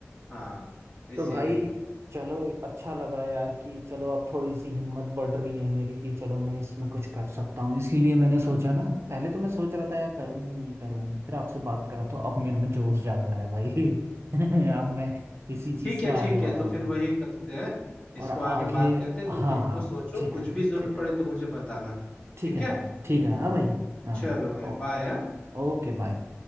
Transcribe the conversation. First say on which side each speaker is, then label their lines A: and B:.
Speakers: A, on the left (about 25°); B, on the right (about 60°).
A: हाँ इसीलिए
B: तो भाई चलो अच्छा लगा यार कि चलो अब थोड़ी सी हिम्मत बढ़ रही है मेरी कि चलो मैं इसमें कुछ कर सकता हूँ इसीलिए मैंने सोचा ना पहले तो मैं सोच रहा था यार करूँ नहीं करूँ फिर आपसे बात करा तो अब मेरे में जोश जाग रहा है भाई <laughs> अब मैं इसी चीज़
A: ठीक
B: का
A: है
B: आगे
A: ठीक
B: बढ़ाऊंगा
A: है तो फिर वही करते हैं इसको
B: और आगे
A: आगे बात करते हैं
B: हाँ
A: तुम देखो
B: हाँ
A: सोचो
B: ठीक
A: कुछ
B: है
A: भी जरूरत
B: ठीक
A: पड़े
B: है
A: तो मुझे बताना
B: ठीक
A: ठीक
B: है
A: है
B: भाई ठीक है हाँ भाई हाँ
A: चलो भाई
B: ओ
A: बाय
B: ओके बाय